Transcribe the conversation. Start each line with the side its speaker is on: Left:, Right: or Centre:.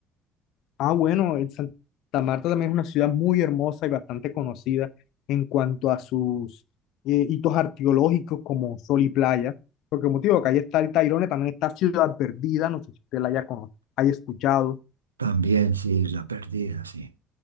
Left: Ah, bueno, el Santa Marta también es una ciudad muy hermosa y bastante conocida en cuanto a sus eh, hitos arqueológicos como Sol y Playa, porque motivo que ahí está el Tayrona, también está Ciudad Perdida, no sé si usted la haya, cono- haya escuchado.
Right: También, sí, la perdida, sí.